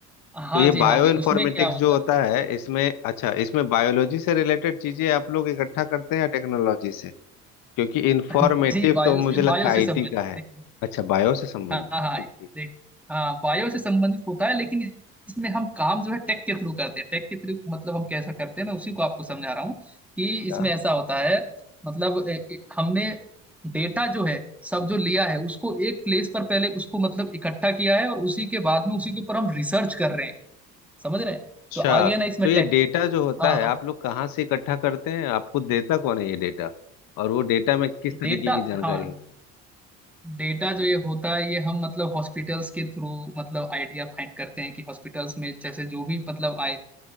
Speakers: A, in the centre; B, on the left (about 65°).
A: हाँ
B: तो ये
A: जी
B: बायो
A: हाँ जी
B: इन्फॉर्मेटिक्स
A: उसमें क्या होता
B: जो होता
A: है
B: है इसमें अच्छा इसमें बायोलॉजी से रिलेटेड चीजें आप लोग इकट्ठा करते हैं या टेक्नोलॉजी से क्योंकि इन्फॉर्मेटिव
A: <laughs> जी बायो
B: तो
A: से
B: मुझे लगता
A: बायो
B: है
A: से
B: आईटी
A: संबंधित
B: का है
A: देखिए
B: अच्छा बायो से संबंधित
A: हाँ हाँ हाँ,
B: ठीक ठीक
A: देख हाँ बायो से संबंधित होता है लेकिन इसमें हम काम जो है टेक के थ्रू करते हैं टेक के थ्रू मतलब हम कैसा करते हैं मैं उसी को आपको समझा रहा हूँ कि इसमें
B: था।
A: ऐसा होता है मतलब ए- ए- हमने डेटा जो है सब जो लिया है उसको एक प्लेस पर पहले उसको मतलब इकट्ठा किया है और उसी के बाद में उसी के ऊपर हम रिसर्च कर रहे हैं समझ रहे हैं
B: अच्छा
A: तो आ गया ना इसमें
B: तो ये
A: टेक
B: डेटा जो होता
A: हाँ
B: है
A: हाँ,
B: आप लोग कहाँ से इकट्ठा करते हैं आपको देता कौन है ये डेटा और वो डेटा में किस तरीके
A: डेटा
B: की जानकारी
A: हाँ
B: होती
A: डेटा जो ये होता है ये हम मतलब हॉस्पिटल्स के थ्रू मतलब आइडिया फाइंड करते हैं कि हॉस्पिटल्स में जैसे जो भी मतलब आए